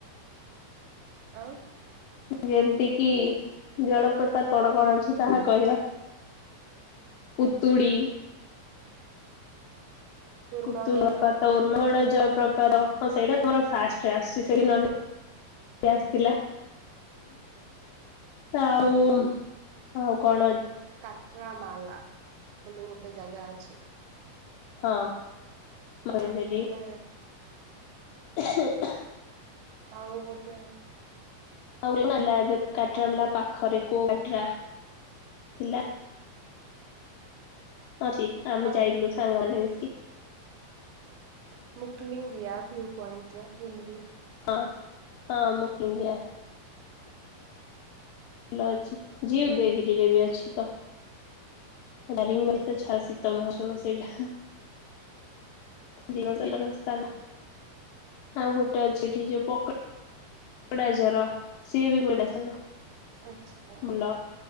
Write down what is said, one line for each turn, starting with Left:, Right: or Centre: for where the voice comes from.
Right: ଆଉ।
Left: ଯେମିତି କିି ଜଳପ୍ରପାତ କଣ କଣ ଅଛି? ତାହା କହିବା, ପୁତୁଡ଼ି
Right: କୁର୍ମାଗଡ
Left: ପୁତୁଲ ଜଳପ୍ରପାତ <unintelligible> ପ୍ରପାତ ହଁ ସେଇଟା ତମର ଫାଷ୍ଟରେ ଆସିଛି ସେ ଦିନ ବି ଆସିଥିଲା ଆଉ ଆଉ କଣ ଅଛି?
Right: କାଟ୍ରାମାଲା ବୋଲି ଗୋଟେ ଜାଗା ଅଛି।
Left: ହଁ। ମାନେ
Right: ତାପରେ
Left: ସେଠି <inaudible>
Right: ଆଉ ଗୋଟେ
Left: ଆଉ ହେଲା ଏବେ କାଟ୍ରାମାଲା ପାଖରେ, କୋଉ କାଟ୍ରା ଥିଲା? ଅଛି ଆମେ
Right: ତା
Left: ଯାଇଥିଲୁ ସାଙ୍ଗମାନେ ମିଶି <unintelligible>
Right: <unintelligible>
Left: ହଁ ହଁ <unintelligible> ଭଲ ଅଛି ଜ ଉଦୟଗିରିରେ, ବି ଅଛି ତ ଦାରିଙ୍ଗବାଡି ତ ଛ ଶୀତ ମହୋତ୍ସବ ସେଇଟା। ଦିନଥା <unintelligible> ଆଉ ଗୋଟେ ଅଛି ଏଠି ଯୋଉ ପ <unintelligible> ସେ ବି <unintelligible>
Right: ଆଛ
Left: ଭଲ।